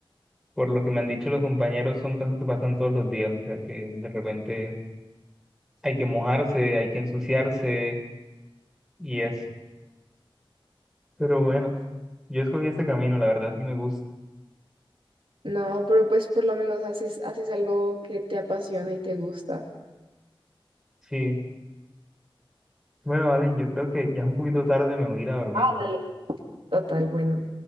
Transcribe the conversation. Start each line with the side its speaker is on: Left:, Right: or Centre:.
Centre: por lo que me han dicho los compañeros son cosas que pasan todos los días, o sea que de repente hay que mojarse, hay que ensuciarse y es. Pero bueno, yo escogí este camino, la verdad sí me gusta.
Right: No, pero pues por lo menos haces, haces algo que te apasiona y te gusta.
Centre: Sí. Bueno, Valen, yo creo que ya es un poquito tarde, me voy a ir a dormir.
Right: Ah, dale. Total, bueno.